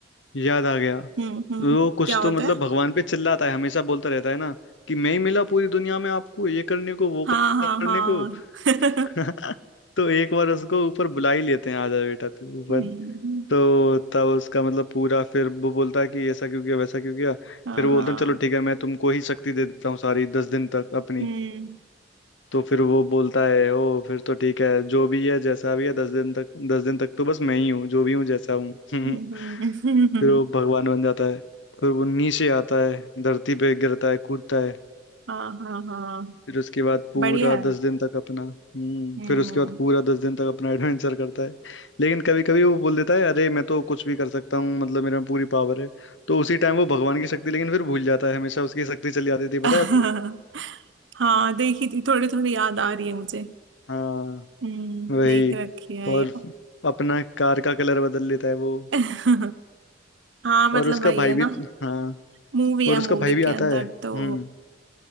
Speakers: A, on the left; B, on the right.
A: याद आ गया
B: हम्म हम्म
A: वो कुछ
B: क्या
A: तो
B: होता
A: मतलब
B: है
A: भगवान पे चिल्लाता है हमेशा बोलता रहता है ना कि मैं ही मिला पूरी दुनिया में आपको ये करने को वो
B: हाँ हाँ
A: करने
B: हाँ
A: को
B: <laughs>
A: <laughs> तो एक बार उसको ऊपर बुला ही लेते हैं आ जा बेटा तू ऊपर
B: हम्म,
A: तो तब उसका मतलब पूरा फिर वो बोलता है कि ऐसा क्यों किया वैसा क्यों किया
B: हाँ
A: फिर वो
B: हाँ
A: बोलते हैं चलो ठीक है मैं तुमको ही शक्ति दे देता हूँ सारी दस दिन तक अपनी
B: हम्म
A: तो फिर वो बोलता है ओ फिर तो ठीक है जो भी है जैसा भी है दस दिन तक दस दिन तक तो बस मैं ही हूँ जो भी हूँ जैसा हूँ <laughs>
B: हम्म,
A: फिर वो भगवान बन जाता है फिर वो नीचे आता है धरती पे गिरता है कूदता है
B: <laughs> हाँ हाँ हाँ
A: फिर उसके बाद पूरा
B: बढ़िया है
A: दस दिन तक अपना हम्म
B: हम्म
A: फिर उसके बाद पूरा दस दिन तक अपना <laughs> एडवेंचर करता है लेकिन कभी कभी वो बोल देता है अरे मैं तो कुछ भी कर सकता हूँ मतलब मेरे में पूरी पावर है तो उसी टाइम वो भगवान की शक्ति लेकिन फिर भूल जाता है हमेशा उसकी शक्ति चली जाती थी पता
B: <laughs>
A: है आपको
B: हाँ देखी थी थोड़ी थोड़ी याद आ रही है मुझे
A: हाँ
B: हम्म
A: वही
B: देख रखी है
A: और
B: ये
A: अपना कार का कलर बदल लेता है वो
B: <laughs> हाँ मतलब
A: और उसका
B: वही
A: भाई
B: है
A: भी
B: ना
A: हाँ
B: मूवी
A: और
B: है
A: उसका
B: मूवी
A: भाई भी
B: के अंदर
A: आता है
B: तो
A: हम्म